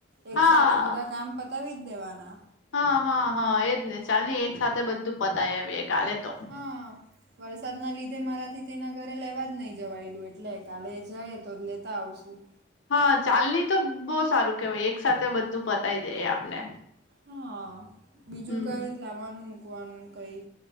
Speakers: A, on the right; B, on the left.
A: એક
B: હા
A: સાથે બધા કામ પતાવી જ દેવાના
B: હા હા હા એજને ચાલ ને એક સાથે બધું પતાવી આવીએ. કાલે તો
A: હા વરસાદના લીધે મારાથી તેના ઘરે લેવા જ નહી જવાયેલું એટલે કાલે જઈયે તો લેતા આવશું.
B: હા ચાલની તો બો સારું કેવાય એક સાથે બધું પતાવી દઇએ આપને.
A: હા બીજું
B: હમ
A: કંઈ લાવવાનું મૂકવાનું કંઈ